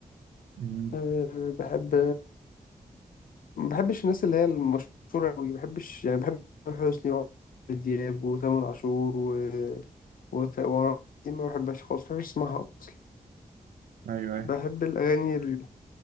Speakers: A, on the right (about 80°); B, on the left (about 75°).
A: مم.
B: أه بحب ما بحبش الناس اللي هي المشهورة أوي ما بحبش يعني بحب تامر حسني وعمرو دياب وتامر عاشور و وت- وعمرو دياب ما بحبهاش خالص ما بحبش اسمعها أصلا
A: ايوه ايوه
B: بحب الأغاني ال...